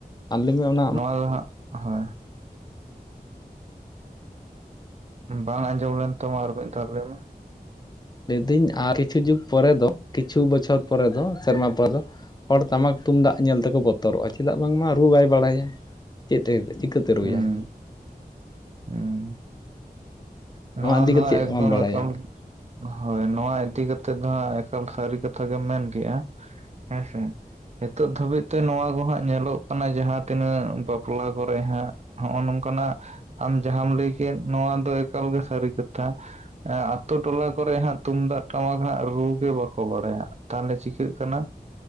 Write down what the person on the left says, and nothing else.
ᱟᱞᱤᱧ ᱚᱱᱟ
ᱞᱟᱹᱭ ᱫᱤᱧ ᱟᱨ ᱠᱤᱪᱷᱩ ᱡᱩᱜ ᱯᱚᱨᱮ ᱫᱚ ᱠᱤᱪᱷᱩ ᱵᱚᱪᱷᱚᱨ ᱯᱚᱨᱮ ᱫᱚ ᱥᱮᱨᱢᱟ ᱯᱚᱨ ᱫᱚ ᱦᱚᱲ ᱴᱟᱢᱟᱠ ᱛᱩᱢᱫᱟᱜ ᱧᱮᱞ ᱛᱮᱠᱚ ᱵᱚᱛᱚᱨᱚᱜᱼᱟ ᱪᱮᱫᱟᱜ ᱵᱟᱝ ᱢᱟ ᱨᱩ ᱵᱟᱭ ᱵᱟᱲᱟᱭᱟ ᱪᱮᱫ ᱛᱮ ᱪᱤᱠᱟᱹ ᱛᱮ ᱨᱩᱭᱟᱭ
ᱤᱫᱤ
ᱠᱟᱛᱮᱫ
ᱪᱮᱫ ᱵᱟᱢ ᱵᱟᱲᱟᱭᱟ